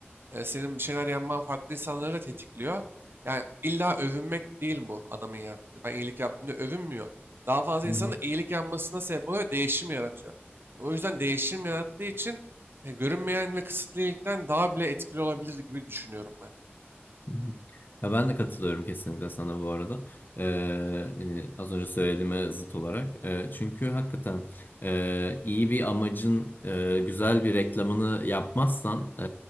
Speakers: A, on the right (about 55°); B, on the left (about 50°).
A: e, senin bir şeyler yapman farklı insanları da tetikliyor. Yani illa övünmek değil bu adamın yaptığı. Ben iyilik yaptığımda övünmüyor. Daha fazla
B: Hı
A: insanın
B: hı.
A: da iyilik yapmasına sebep oluyor, ve değişim yaratıyor. E, O yüzden değişim yarattığı için e, görünmeyen ve kısıtlı iyilikten daha bile etkili olabilir gibi düşünüyorum ben.
B: Hı hı. Ya ben de katılıyorum kesinlikle sana bu arada. Ee, hani az önce söylediğime zıt olarak. Ee, çünkü hakikaten e, iyi bir amacın e, güzel bir reklamını yapmazsan e,